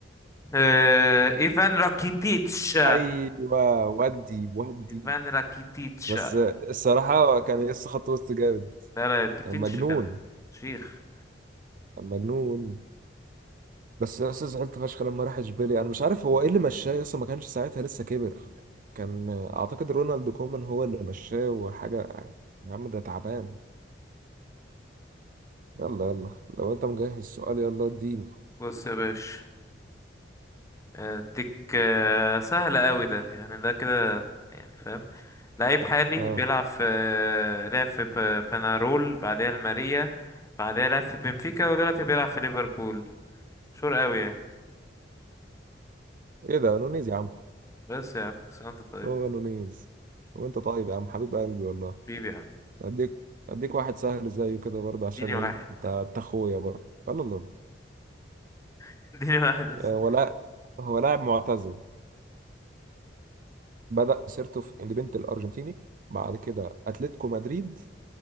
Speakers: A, on the left (about 15°); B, on the right (about 45°).
A: آه، ايفان راكيتيتش
B: ايوه ودي ودي
A: ايفان راكيتيتش
B: بس
A: لا
B: الصراحة كان يقص خط وسط جامد
A: لا راكيتيتش
B: كان مجنون
A: كان شيخ
B: كان مجنون بس يا اسطى زعلت فشخ لما راح اشبيليا انا مش عارف هو ايه اللي مشاه يا اسطى ما كانش ساعتها لسه كبر يعني، كان اعتقد رونالد كومان هو اللي مشاه وحاجة يعني. يا عم ده تعبان يلا يلا لو انت مجهز السؤال يلا اديني
A: بص يا باشا آه، اديك آه، سهلة قوي ده يعني ده كده يعني فاهم لعيب حالي
B: ها
A: بيلعب في آه، لعب في ب- بنارول بعدها الماريا بعدها لعب في بنفيكا ودلوقتي بيلعب في ليفربول شور قوي يعني
B: ايه ده نونيز يا عم
A: بس يا عم بس انت طيب
B: هو نونيز وانت طيب يا عم حبيب قلبي والله
A: بيبي يا عم
B: اديك اديك واحد سهل زيه كده برضه عشان
A: اديني
B: ايه
A: واحد
B: انت انت اخويا برضه يلا يلا.
A: <laughs> اديني واحد بس
B: آه، ولا هو لاعب معتزل بدأ مسيرته في اندبنت الأرجنتيني بعد كده أتلتيكو مدريد